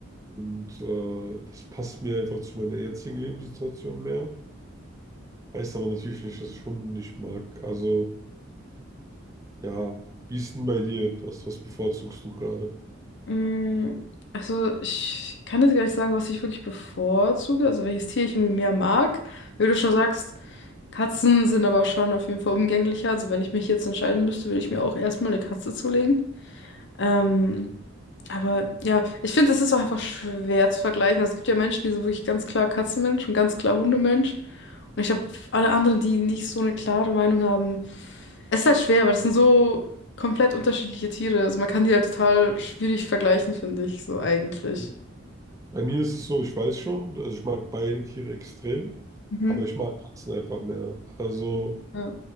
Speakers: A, on the right; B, on the left.
A: Und äh, das passt mir einfach zu meiner jetzigen Lebenssituation mehr. Heißt aber natürlich nicht, dass ich Hunde nicht mag. Also, ja, wie ist denn bei dir das? Was bevorzugst du gerade?
B: Mm, Also ich kann jetzt gar nicht sagen, was ich wirklich bevorzuge, also welches Tier ich irgendwie mehr mag. Wie du schon sagst, Katzen sind aber schon auf jeden Fall umgänglicher. Also wenn ich mich jetzt entscheiden müsste, würde ich mir auch erstmal eine Katze zulegen. Ähm, aber ja, ich finde, das ist auch einfach schwer zu vergleichen. Also, es gibt ja Menschen, die sind wirklich ganz klar Katzenmensch und ganz klar Hundemensch. Und ich habe alle anderen, die nicht so eine klare Meinung haben. Es ist halt schwer, weil es sind so komplett unterschiedliche Tiere. Also man kann die halt total schwierig vergleichen, finde ich, so eigentlich.
A: Also, Bei mir ist es so, ich weiß schon, also ich mag beide Tiere extrem,
B: Mhm.
A: aber ich mag Katzen einfach mehr. Also,
B: Ja.